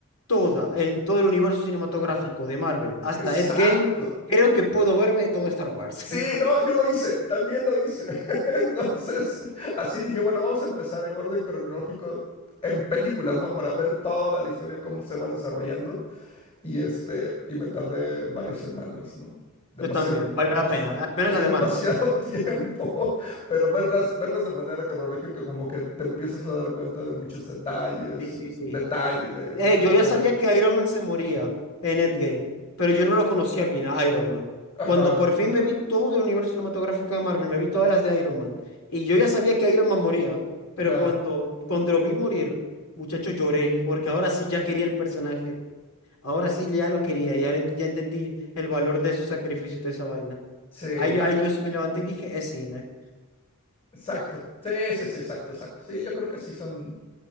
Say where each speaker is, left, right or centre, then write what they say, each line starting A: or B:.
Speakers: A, on the left; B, on the left.
A: toda el, todo el universo cinematográfico de Marvel hasta
B: Exacto.
A: Endgame, creo que puedo verme todo Star Wars.
B: Sí,
A: <laughs>
B: no, yo lo hice, también lo hice. <laughs> Entonces, así dije, bueno, vamos a empezar en orden cronológico en películas, ¿no? Para ver toda la historia, cómo se va desarrollando. Y este, y me tardé varias semanas, ¿no? Demasiado,
A: Yo también, vale la
B: demas-
A: pena, al menos
B: sí,
A: la de
B: demasiado
A: Marvel.
B: <laughs> tiempo. Pero verlas, verlas de manera cronológica, como que te empiezas a dar cuenta de muchos detalles,
A: Sí, sí, sí.
B: detalles de,
A: Eh,
B: de de
A: yo
B: la
A: ya
B: película.
A: sabía que Iron Man se moría en Endgame, pero yo no lo conocía bien a Iron Man.
B: Ajá,
A: Cuando por fin me vi todo el universo cinematográfico de Marvel, me vi todas las de Iron Man, y yo ya sabía que Iron Man moría, pero
B: claro.
A: cuando, cuando lo vi morir, muchacho, lloré, porque ahora sí ya quería el personaje. Ahora sí ya lo quería, y ahora ent- ya entendí el valor de su sacrificio y de esa vaina.
B: Sí.
A: Ahí, ahí yo sí me levanté y dije, es cine.
B: Exacto. Sí, sí, sí, exacto, exacto. Sí, yo creo que sí son.